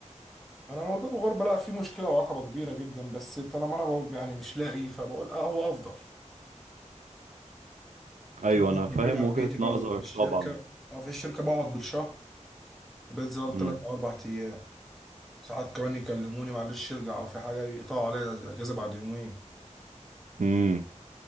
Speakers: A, in the centre; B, on the right (about 80°).
A: انا موضوع الغربه لا فيه مشكله وعقبه كبيره جدا بس طالما انا بقول- يعني مش لاقي فبقول اه هو افضل
B: أيوة
A: كده بعيد
B: أنا فاهم
A: عن
B: وجهة
A: بيتي برضه
B: نظرك
A: في الشركه
B: طبعا
A: اه في الشركه بقعد بالشهر بنزل
B: مم.
A: ثلاث او اربع ايام ساعات كمان يكلموني معلش ارجع او في حاجه يقطعوا عليا الاجازه بعد يومين
B: مم.